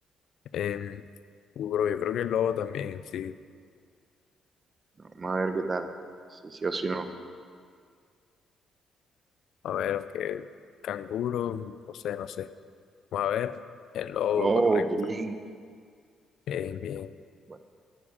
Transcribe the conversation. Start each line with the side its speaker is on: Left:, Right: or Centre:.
Left: Em, uh, bro, yo creo que el lobo también, sí.
Right: Vamos a ver qué tal. Si sí o si no.
Left: A ver, aunque canguro, no sé, no sé. Vamos a ver, el lobo,
Right: Lobo,
Left: correcto.
Right: Green.
Left: Bien, bien.
Right: Bueno,